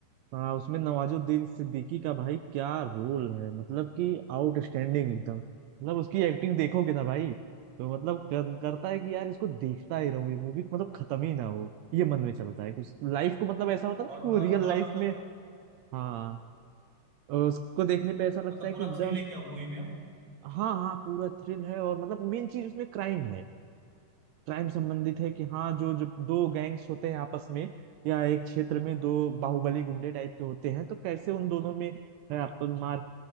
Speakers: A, on the right (about 85°); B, on the right (about 40°).
A: हाँ उसमें नवाजुद्दीन सिद्दीकी का भाई क्या रोल है मतलब कि आउटस्टैंडिंग एकदम मतलब उसकी एक्टिंग देखोगे ना भाई तो मतलब कर, करता है कि यार इसको देखता ही रहूं ये मूवी मतलब खत्म ही ना हो ये मन में चलता है उस लाइफ को मतलब ऐसा होता है ना
B: और
A: कि वो
B: तो और
A: रियल
B: पूरा
A: लाइफ
B: मतलब
A: में हाँ और उसको देखने पे ऐसा लगता
B: मतलब
A: है
B: पूरा
A: कि एकदम
B: थ्रिल है क्या मूवी में
A: हाँ हाँ पूरा थ्रिल है और मतलब मेन चीज उसमें क्राइम है क्राइम संबंधित है कि हाँ जो जो दो गैंग्स होते हैं आपस में या एक क्षेत्र में दो बाहुबली गुंडे टाइप के होते हैं तो कैसे उन दोनों में है, आप मार